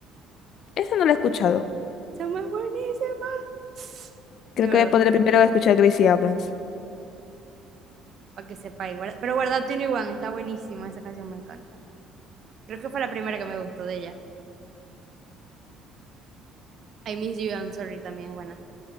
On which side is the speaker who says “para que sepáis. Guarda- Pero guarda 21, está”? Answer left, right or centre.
Right